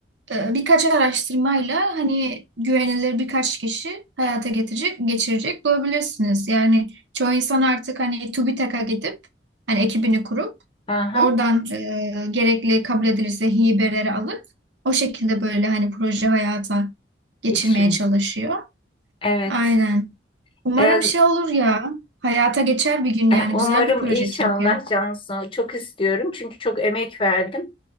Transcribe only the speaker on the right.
e, birkaç araştırmayla hani güvenilir birkaç kişi hayata getirecek, geçirecek bulabilirsiniz. Yani çoğu insan artık hani TÜBİTAK'a gidip hani ekibini kurup
oradan e, gerekli kabul edilirse hibeleri alıp o şekilde böyle hani proje hayata geçirmeye
çalışıyor.
Aynen. Umarım
şey olur ya. Hayata geçer bir gün
yani.
Güzel bir proje
çünkü.